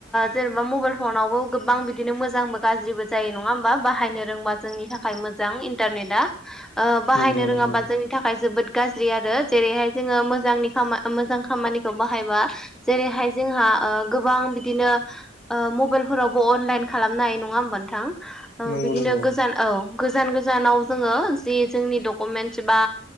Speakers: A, in the centre; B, on the left.
A: जेनेबा मबाइल फनावबो गोबां बिदिनो मोजांबो गाज्रिबो जायो नङा होमबा बाहायनो रोंबा जोंनि था खाय मोजां इन्टारनेटआ बाहायनो
B: नंगौ नंगौ
A: रोङाबा जोंनि थाखाय जोबोद गाज्रि आरो जेरैहाय जोङो मोजांनि मोजां खामानिखौ बाहायबा जेरैहाय जोंहा गोबां बिदिनो मबाइलफोरावबो अनलाइन खालामनाय नङा होमबा नोंथां
B: नंगौ
A: बिदिनो
B: नंगौ
A: गोजान औ गो जान गोजानाव जोङो जि जोंनि दकमेन्स बा